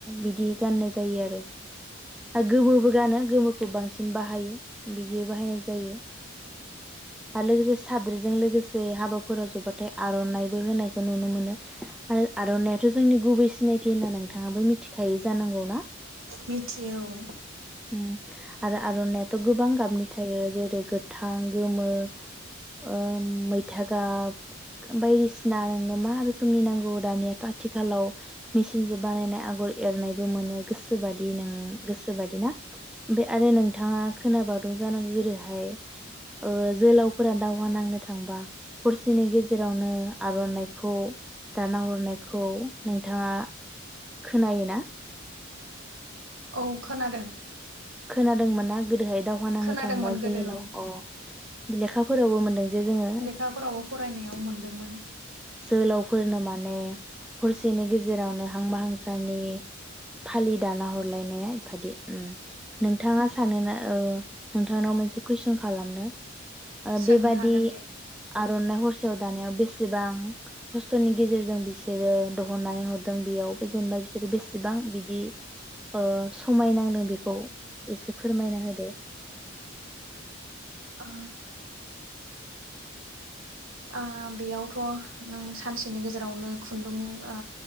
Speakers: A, in the centre; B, on the right.
A: बिदि गाननाय जायो आरो गोमोबो गानो गोमोखौ बांसिन बाहायो। बिदि बाहायनाय जायो आरो लोगोसे साद्रिजों लोगोसे हाबाफोराव जबाथाय आर'नाइबो होनायखौ नुनो मोनो आरो आर'नायाथ' जोंनि गुबै सिनायथि होनना नोंथाङाबो मिथिखायो जानांगौना।
B: मिथियो औ।
A: उम आरो आर'नाइ आथ' बां गाबनि थायो जेरै गोथां गोमो ओ मैथा गाब बायदिसिना नोंनो मा रोखोमनि नांगौ दानियाथ' आथिखालाव मेसिनजों बानायनाय आगर एरनायबो मोनो गोसोबादि नों गोसोबादि ना ओमफ्राय आरो नोंथाङा खोनाबावदों जानांगौ गोदोहाय ओ जोलावफोरा दावहा नांनो थांबा हरसेनि गेजेरावनो आर'नानायखौ दाना हरनायखौ नोंथाङा खोनायो ना?
B: औ खोनादों।
A: खोनादोंमोन ना गोदोहाय दावहा नांनो
B: खोनादोंमोन
A: थांबा
B: गोदो
A: जोहोलाव
B: औ
A: अ लेखा फोरावबो मोनदों। जे जोङो
B: लेखाफोरावबो फरायनायाव मोनदोंमोन।
A: जोलावफोरनो माने हरसेनि गेजेरावनो हांमा हांसानि फालि दाना हरलायनाया बादि उम नोंथाङा सानोना ओ नोंथांनाव मोनसे कुइसन खालामनो। ओ
B: सोंनो
A: बेबादि
B: हागोन दे
A: आर'नाइ हर खुसेयाव दानायाव बेसेबां खस्थ'नि गेजेरजों बिसोरो दहननानै हरदों बेयाव जेनेबा बिसोरो बेसेबां बिदि ओ समायनांदों बेखौ एसे फोरमायना होदो।
B: ओ ओ बेयावथ' नों सानसेनि गेजेरावनो खुन्दुं ओ